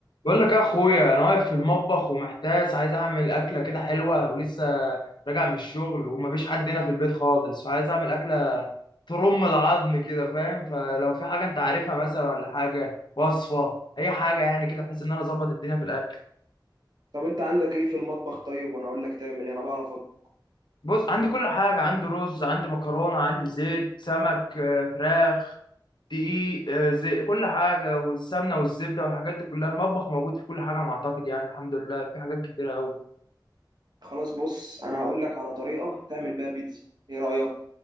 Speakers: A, on the left (about 70°); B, on the right (about 60°).
A: بقول لك يا اخويا انا واقف في المطبخ ومحتاس عايز اعمل اكله كده حلوه ولسه راجع من الشغل ومفيش حد هنا في البيت خالص فعايز اعمل اكله ترم العظم كده فاهم فلو في حاجه انت عارفها مثلا ولا حاجه وصفه اي حاجه يعني كده بحيث ان انا اظبط الدنيا في الاكل
B: طب انت عندك ايه في المطبخ طيب وانا اقول لك تعمل ايه انا بعرف أط-
A: بص عندي كل حاجه عندي رز عندي مكرونه عندي زيت سمك آه، فراخ دقيق آه، زي كل حاجه والسمنه والزبده والحاجات دي كلها المطبخ موجود في كل حاجه انا اعتقد يعني الحمد لله في حاجات كتيره قوي
B: خلاص بص انا هقول لك على طريقه تعمل بيها بيتزا ايه رايك